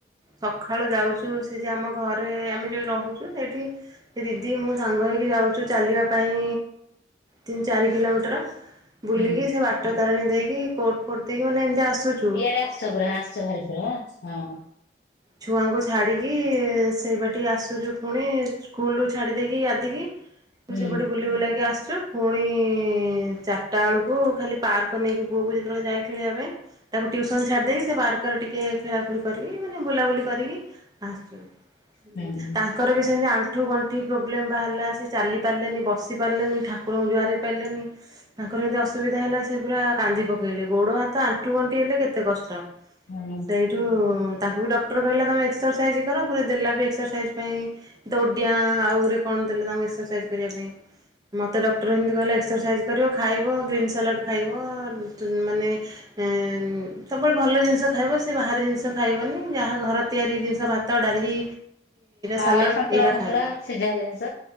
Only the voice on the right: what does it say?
ସଖାଳୁ ଯାଉଚୁ ସେ ଯୋଉ ଆମ ଘରେ ଆମେ ଯୋଉ ରହୁଚୁ ସେଇଠି ସେ ଦିଦି ମୁଁ ସାଙ୍ଗ ହେଇକି ଯାଉଚୁ ଚାଲିବା ପାଇଁ। ତିନି ଚାରି କିଲୋମିଟର ବୁଲିକି
ସେ ବାଟ ତାରିଣୀ ଦେଇକି କୋଟ୍ ଫୋଟ୍ ଦେଇକି ମାନେ ଏମିତି ଆସୁଚୁ।
ଛୁଆଙ୍କୁ ଛାଡ଼ିକି ସେଇବାଟି ଆସୁଚୁ ପୁଣି ସ୍କୁଲରୁ ଛାଡ଼ିଦେଇକି ଗାଧିକି
ପୁ ସେପଟେ ବୁଲି ବୁଲାକି ଆସୁଚୁ ପୁଣି ଚାରିଟା ଏଳକୁ ଖାଲି ପାର୍କ ନେଇକି ପୁଅକୁ ଯେତେବେଳେ ଯାଏ ଖେଳିବା ପାଇଁ। ତାକୁ ଟିଉସନ୍ ଛାଡି ଦେଇକି ସେ ପାର୍କରେ ଟି ଟିକେ ଖେଳା ଖେଳି କରିକି ମାନେ ବୁଲାବୁଲି କରିକି ଆସୁ।
ତା ତାଙ୍କର ବି ସେମିତି ଆଣ୍ଠୁ ଗଣ୍ଠି ପ୍ରୋବ୍ଲେମ୍ ବାହାରିଲା ସେ ଚାଲି ପାରିଲେନି ବସି ପାରିଲେନି ଠାକୁରଙ୍କୁ ଜୁହାର ହେଇ ପାରିଲେନି। ତାଙ୍କର ଏମିତି ଅସୁବିଧା ହେଲା ସେ ପୁରା କାନ୍ଦି ପକେଇଲେ ଗୋଡ଼ ହାତ ଆଣ୍ଠୁ ଗଣ୍ଠି ହେଲେ କେତେ କଷ୍ଟ,
ସେଇଠୁ ତାଙ୍କୁ ବି ଡକ୍ଟର କହିଲା ତମେ ଏକ୍ସରସାଇଜ କର ଗୁରେ ଦେଲା ବି ଏକ୍ସରସାଇଜ ପାଇଁ ଦଡିଆ ଆଉ ଗୋରେ କଣ ଦେଲେ ତାଙ୍କୁ ଏକ୍ସରସାଇଜ କରିବା ପାଇଁ। ମୋତେ ଡକ୍ଟର ଏମିତି କହିଲା ଏକ୍ସରସାଇଜ୍ କରିବ ଖାଇବ ଗ୍ରୀନ୍ ସାଲାଡ଼୍ ଖାଇବ ମାନେ ଉଁ ସବୁବେଳେ ଭଲ ଜିନିଷ ଖାଇବ ସେ ବାହାରେ ଜିନିଷ ଖାଇବନି ଯାହା ଘର ତିଆରି ଜିନିଷ ଭାତ ଡାଲି ସାଲାଟ
ଏଇରା
ଖାଇବା